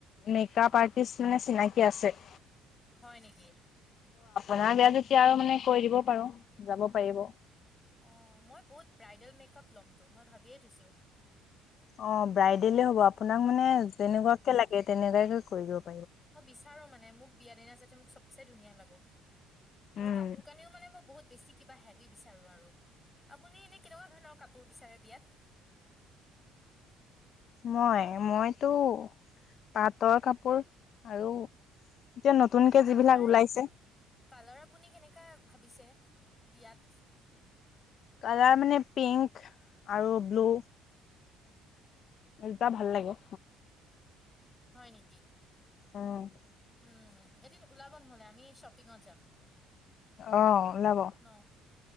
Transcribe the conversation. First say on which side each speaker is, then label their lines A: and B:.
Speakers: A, on the left; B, on the left.
A: মেকআপ আৰ্টিষ্ট নে চিনাকি আছে।
B: হয় নেকি?
A: গা বেয়া যেতিয়া আৰু মানে কৈ দিব পাৰো
B: অ মই বহুত ব্ৰাইডেল মেকআপ ল'মতো মই ভাবিয়ে থৈছো
A: অ ব্ৰাইডেলে হ'ব আপো তাৰ মানে যেনেকুৱাকে
B: উম,
A: লাগে তেনেকুৱাকে কৰিব
B: মই বিচাৰো মানে মোক বিয়া দিনা যাতে মোক চবচে ধুনীয়া লাগক। আৰু
A: উম,
B: কাপোৰ কানিও মানে মই বহুত- বেছি কিবা হেভি বিচাৰোঁ আৰু আপুনি এনে কেনেকোৱা ধৰনৰ কাপো- কাপোৰ বিচাৰে বিয়াত
A: মই মইতো পাটৰ কাপোৰ আৰু এতিয়া নতুনকে
B: এনে কালাৰ
A: যিবিলাক ওলাইছে
B: কালাৰ আপুনি কেনেকুৱা ভাবিছে? বিয়াত
A: কালাৰ মানে পিংক আৰু ব্লু কুৰ্তা ভাল লাগে
B: হয় নেকি।
A: অ'
B: উম এদিন ওলাব নহলে আমি শ্বপিংত যাম,
A: অ ওলাব
B: ন?